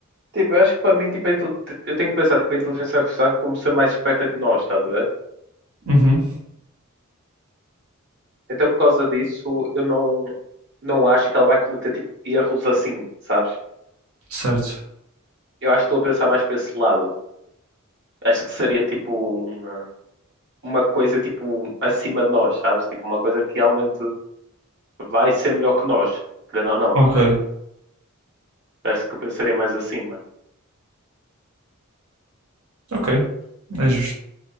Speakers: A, on the right; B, on the right.
A: tipo, eu acho que para mim, tipo, a intel- eu tenho que pensar, tipo, a inteligência artificial como ser mais esperta que nós, estás a ver?
B: Uhum,
A: Então, por causa disso, eu não, não acho que ela vai cometer tipo erros assim, sabes?
B: certo.
A: Eu acho que estou a pensar mais para esse lado. Acho que seria tipo uma, uma coisa tipo acima de nós, sabes? Tipo uma coisa que realmente vai ser melhor que nós, querendo ou não.
B: Ok,
A: Acho que eu pensaria mais assim, mano.
B: ok, é justo.